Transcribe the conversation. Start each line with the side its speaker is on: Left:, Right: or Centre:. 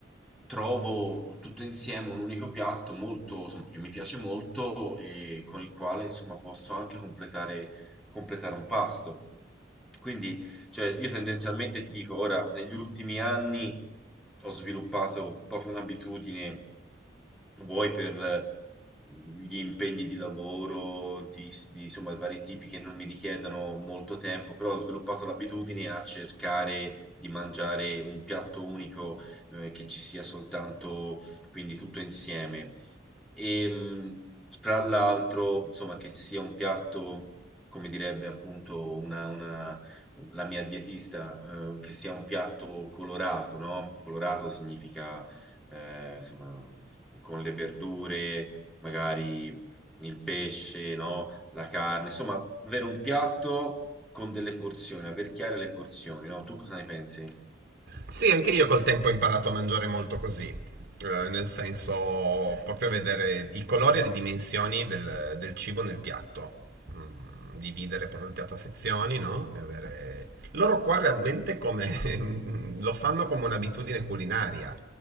Centre: trovo tutto insieme un unico piatto molto, insomma, che mi piace molto e con il quale insomma posso anche completare, completare un pasto. Quindi, cioè, io tendenzialmente ti dico, ora, negli ultimi anni ho sviluppato proprio un'abitudine vuoi per eh, gli impegni di lavoro, di, di, insomma vari tipi che non mi richiedono molto tempo, però ho sviluppato l'abitudine a cercare di mangiare un piatto unico eh, che ci sia soltanto, quindi tutto insieme. E mh, fra l'altro, insomma, che sia un piatto, come direbbe appunto una, una- la mia dietista, eh, che sia un piatto colorato, no? Colorato significa eh, insomma, con le verdure, magari il pesce, no? La carne, insomma, avere un piatto con delle porzioni, aver chiare le porzioni, no? Tu cosa ne pensi?
Right: Sì, anche io col tempo ho imparato a mangiare molto così. Eh, nel senso, proprio vedere i colori e le dimensioni del, del cibo nel piatto. Mm, dividere proprio il piatto a sezioni, no? E avere... Loro qua realmente come... <laughs> lo fanno come un'abitudine culinaria.